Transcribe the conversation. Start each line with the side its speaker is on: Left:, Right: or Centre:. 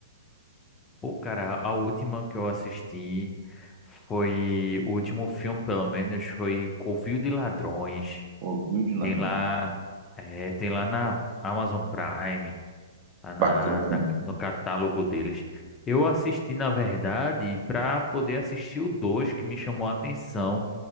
Left: Pô, cara, a última que eu assisti foi. O último filme, pelo menos, foi Covil de Ladrões.
Right: Ouviu de ladrão?
Left: Tem lá. É, tem lá na Amazon Prime, lá na,
Right: Bacana.
Left: na- no catálogo deles. Eu assisti, na verdade, pra poder assistir o 2 que me chamou a atenção.